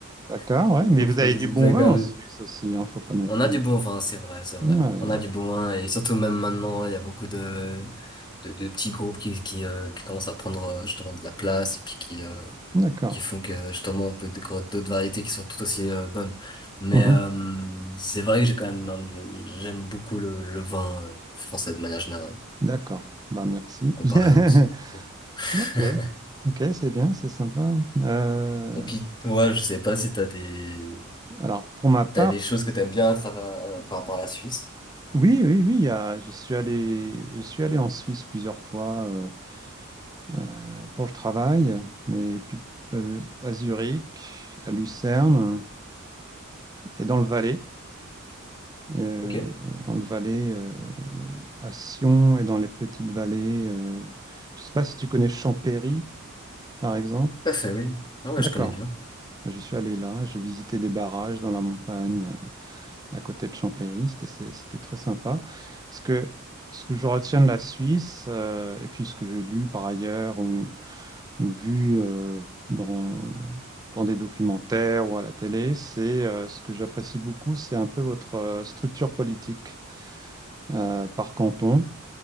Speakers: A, on the right; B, on the left.
A: d'accord,
B: <laughs>
A: ouais. Mais
B: vous
A: vous
B: produisez,
A: avez du bon
B: vous avez
A: vin
B: quand
A: en
B: même...
A: Suisse aussi, hein, faut pas non
B: On
A: plus.
B: a du bon vin, c'est vrai, c'est vrai.
A: Ouais,
B: On a du bon vin, et surtout même maintenant, il y a beaucoup de, de, de petits groupes qui, qui, euh, qui commencent à prendre euh, justement de la place, et puis qui, euh,
A: d'accord.
B: qui font que justement on peut découvrir d'autres variétés qui sont tout aussi euh, bonnes. Mais
A: Mhm,
B: euh, c'est vrai que j'ai quand même, un- j'aime beaucoup le, le vin euh, français de manière générale,
A: D'accord. Bah merci.
B: comparé
A: <laughs>
B: à <laughs>
A: Ok, ok, c'est bien, c'est sympa. Euh,
B: Et puis toi, je sais pas si t'as des
A: alors, pour ma part,
B: t'as des choses
A: c-
B: que t'aimes bien à travers par rapport à la Suisse.
A: oui, oui, oui, il y a- je suis allé, je suis allé en Suisse plusieurs fois euh, euh, pour le travail, mais plus, euh, à Zurich, à Lucerne et dans le Valais, euh,
B: Ok.
A: dans le Valais, euh, à Sion et dans les petites vallées. euh, je ne sais pas si tu connais Champéry, par exemple.
B: Tout à fait, oui. Ah ouais,
A: D'accord.
B: je connais bien.
A: Je suis allé là, j'ai visité des barrages dans la montagne. à côté de Chambéry. C'était c'est- c'était très sympa. Ce que, ce que je retiens de la Suisse, euh, et puis ce que j'ai lu par ailleurs ou, ou vu euh, dans, dans des documentaires ou à la télé, c'est euh, ce que j'apprécie beaucoup, c'est un peu votre euh, structure politique euh, par canton.